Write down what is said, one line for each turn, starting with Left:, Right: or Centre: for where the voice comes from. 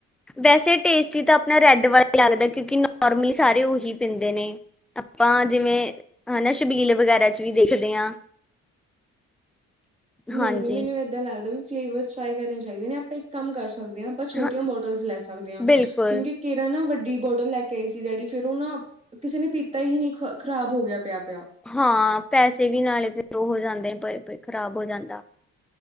Centre: ਵੈਸੇ ਟੇਸਟੀ ਤਾਂ ਆਪਣਾ ਰੈਡ ਵਾਲਾ ਹੀ ਲੱਗਦਾ ਕਿਉਂਕਿ ਨੋਰਮਲੀ ਸਾਰੇ ਓਹ ਹੀ ਪੀਂਦੇ ਨੇ ਆਪਾਂ ਜਿਵੇਂ ਹਨਾ ਸ਼ਬੀਲ ਵਗੈਰਾ ਚ ਵੀ ਦੇਖਦੇ ਆਂ।
Right: <inaudible> ਨਹੀਂ
Centre: ਹਾਂਜੀ
Right: ਮੈਨੂੰ ਏਦਾਂ ਲੱਗਦਾ ਵੀ ਫਲੇਵਰ ਟਰਾਈ ਕਰਨੇ ਚਾਹੀਦੇ ਨੇ ਆਪਾਂ ਇੱਕ ਕੰਮ ਕਰ ਸਕਦੇ ਆ ਆਪਾਂ ਛੋਟੀਆਂ
Centre: ਹਾਂ
Right: ਬੋਟਲ ਲੈ ਸਕਦੇ ਆਂ
Centre: ਬਿਲਕੁਲ
Right: ਕਿਉਂਕਿ ਕੇਰਾ ਨਾ ਵੱਡੀ ਬੋਟਲ ਲੈ ਕੇ ਆਈ ਸੀ ਡੈਡੀ ਫੇਰ ਉਹ ਨਾ ਕਿਸੇ ਨੇ ਪੀਤਾ ਹੀ ਨਹੀਂ ਖ ਖ਼ਰਾਬ ਹੋ ਗਿਆ ਪਿਆ-ਪਿਆ।
Centre: ਹਾਂ ਪੈਸੇ ਵੀ ਨਾਲੇ ਫੇਰ ਉਹ ਹੋ ਜਾਂਦੇਏ ਖਰਾਬ ਹੋ ਜਾਂਦੇ।